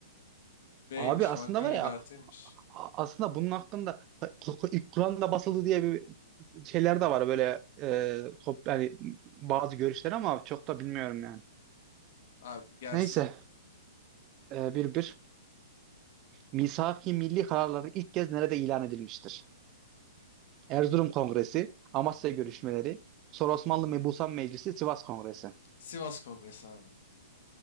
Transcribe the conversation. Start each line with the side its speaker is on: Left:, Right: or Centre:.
Left: B'ymiş.
Right: Abi aslında
Left: Vankulü
Right: var
Left: Lügatıymış.
Right: ya a- aslında bunun hakkında ilk Kur'an'da basıldı diye bir şeyler de var böyle e, kop- yani bazı görüşler ama çok da bilmiyorum yani.
Left: Abi gelsin.
Right: Neyse Ee, bir bir. misak Milli kararları ilk kez nerede ilan edilmiştir? Erzurum Kongresi, Amasya görüşmeleri, sonra Osmanlı Mebusan Meclisi, Sivas Kongresi.
Left: Sivas Kongresi abi.